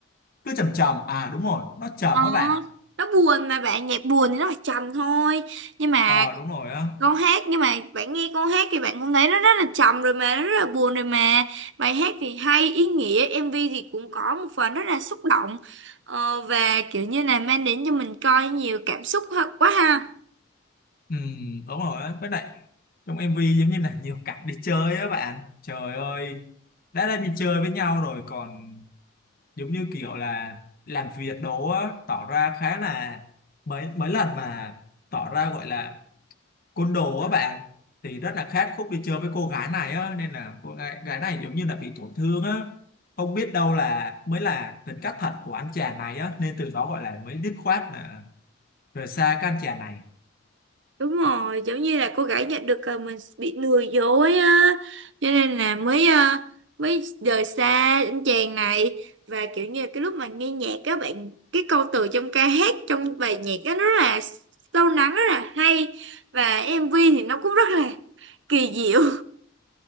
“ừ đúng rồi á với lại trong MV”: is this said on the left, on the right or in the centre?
Left